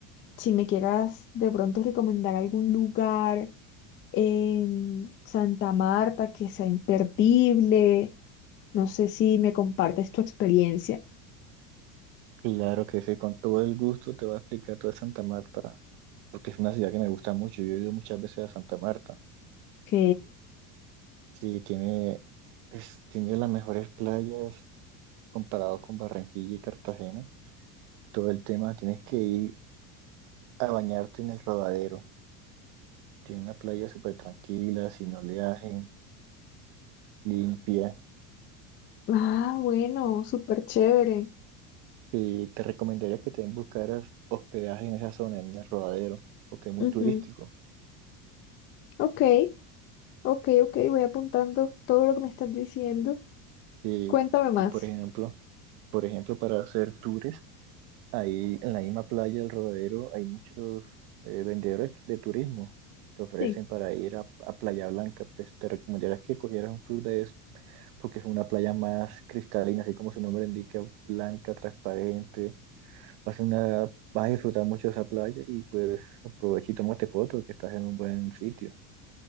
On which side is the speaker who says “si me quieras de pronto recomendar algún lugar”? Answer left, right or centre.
Left